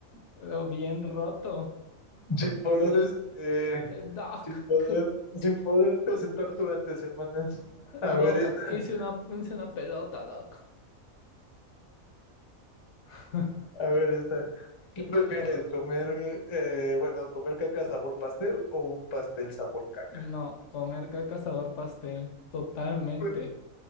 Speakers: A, on the left (about 65°); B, on the left (about 30°).
A: Pero bien roto.
B: sin poder, este,
A: De Doc.
B: sin poder,
A: c-
B: sin poderte sentar durante semanas. A
A: Doc,
B: ver esta,
A: <laughs> hice una, hice una pelota, Doc. <laughs>
B: a ver esta. ¿Qué prefieres, comer, eh, bueno, comer caca sabor pastel o un pastel sabor caca?
A: No, comer caca sabor pastel. Totalmente.
B: Pero,